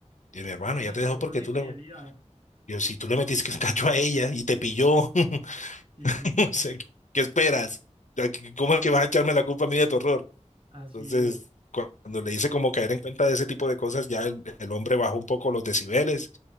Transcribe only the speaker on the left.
Y mi hermano,
ya te
dejó
porque
tú
le, yo, si tú le metiste el cacho a ella y te pilló, <laughs>
no sé, ¿qué esperas? O sea, ¿Cómo es que vas a echarme la culpa a mí de tu error?
Entonces,
cuando le hice como caer en cuenta de ese tipo de cosas, ya el, el hombre bajó un poco los decibeles